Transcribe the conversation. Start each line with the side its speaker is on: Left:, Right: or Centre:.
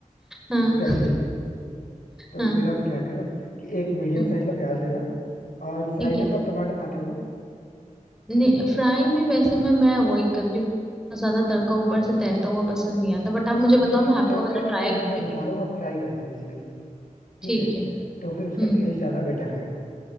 Centre: हाँ
Left: Exactly exactly. <laughs> तो
Centre: हाँ
Left: फिर आप क्या करो कि एक मीडियम
Centre: हम्म,
Left: साइज का प्याज लेना और
Centre: ठीक
Left: फ्राई में
Centre: है
Left: तो आप टमाटर खाते हो ना
Centre: नहीं फ्राई में वैसे मैं मैं अवॉइड करती हूँ बहुत ज्यादा तड़का ऊपर से तैरता हुआ पसंद नहीं आता बट आप मुझे बताओ
Left: नहीं नहीं
Centre: मैं आपका
Left: तड़का
Centre: वाला
Left: नहीं
Centre: ट्राई
Left: लगाना
Centre: करके
Left: है मैं
Centre: देखूँ।
Left: बता रहा हूँ आप फ्राई करना बेसिकली ठीक
Centre: ठीक
Left: है
Centre: है
Left: तो फिर उसका
Centre: हम्म
Left: टेस्ट ज्यादा बेटर आएगा